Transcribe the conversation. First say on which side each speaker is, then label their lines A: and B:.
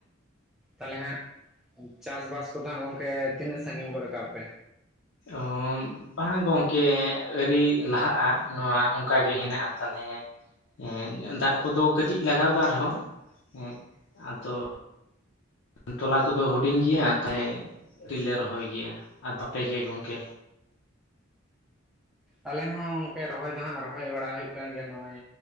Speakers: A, in the centre; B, on the left (about 60°).
A: ᱛᱟᱦᱚᱞᱮ ᱦᱟᱸᱜ ᱪᱟᱥ-ᱵᱟᱥ ᱠᱚᱫᱚ ᱦᱟᱸᱜ ᱜᱚᱝᱠᱮ ᱛᱤᱱᱟᱹᱜ ᱥᱟᱜᱤᱧ ᱜᱚᱫ ᱟᱠᱟᱜ ᱯᱮ?
B: ᱚᱸᱻ ᱵᱟᱝ ᱜᱚᱝᱠᱮ ᱟᱹᱨᱤ ᱞᱟᱦᱟᱜᱼᱟ ᱱᱚᱣᱟ ᱚᱱᱠᱟᱜᱮ ᱦᱮᱱᱟᱜᱼᱟ ᱛᱟᱞᱦᱮ ᱦᱮᱸ ᱫᱟᱜ ᱠᱚᱫᱚ ᱠᱟᱹᱴᱤᱡ ᱞᱟᱜᱟᱣ ᱠᱟᱱᱟᱱ ᱨᱮᱦᱚᱸ ᱦᱮᱸ ᱟᱫᱚ ᱛᱚᱞᱟ ᱠᱚᱫᱚ ᱦᱩᱰᱤᱧ ᱜᱮᱭᱟ ᱛᱟᱭ ᱟᱣᱨᱤᱞᱮ ᱨᱚᱦᱚᱭ ᱜᱮᱭᱟ ᱟᱨ ᱯᱮᱜᱮ ᱜᱚᱢᱠᱮ
A: ᱟᱞᱮ ᱦᱚᱸ ᱜᱚᱢᱠᱮ ᱨᱚᱦᱚᱭ ᱫᱚ ᱦᱟᱸᱜ ᱨᱚᱦᱚᱭ ᱵᱟᱲᱟ ᱦᱩᱭᱩᱜ ᱠᱟᱱ ᱜᱮᱭᱟ ᱱᱚᱜᱼᱚᱭ